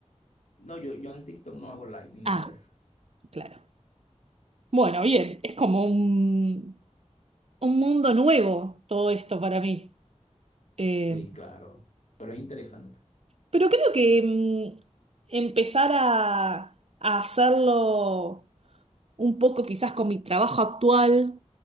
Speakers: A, on the left; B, on the right.
A: No, yo, yo en TikTok no hago like ni nada
B: Ah.
A: de eso.
B: Claro. Bueno, bien, es como un, un mundo nuevo todo esto para mí. Eh,
A: Sí, claro, pero es interesante.
B: pero creo que mm, empezar a, a hacerlo un poco quizás con mi trabajo actual,